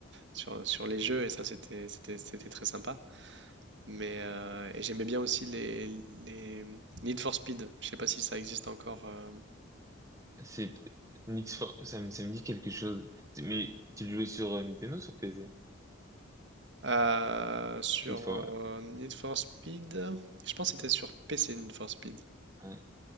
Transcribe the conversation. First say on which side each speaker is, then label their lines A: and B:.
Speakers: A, on the right; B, on the right.
A: sur, sur les jeux et ça c'était c'était- c'était très sympa. Mais euh, et j'aimais bien aussi les, les Need for Speed. Je sais pas si ça existe encore. euh,
B: C'est Need for... ça me, ça me dit quelque chose. Mais tu le jouais sur euh, Nintendo ou sur PC?
A: euh, sur
B: Need for...
A: euh, Need for Speed, je pense que c'était sur PC Need for Speed.
B: ouais.